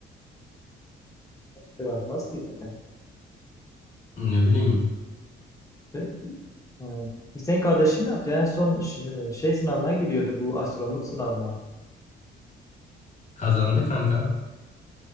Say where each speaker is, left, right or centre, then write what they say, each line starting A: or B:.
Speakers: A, on the left; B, on the left.
A: Sevmez ki zaten.
B: Ne bileyim.
A: Peki. Ha. Hüseyin kardeşin ne yaptı? En son şey, şey sınavına giriyordu bu astronot sınavına.
B: Kazandı kanka.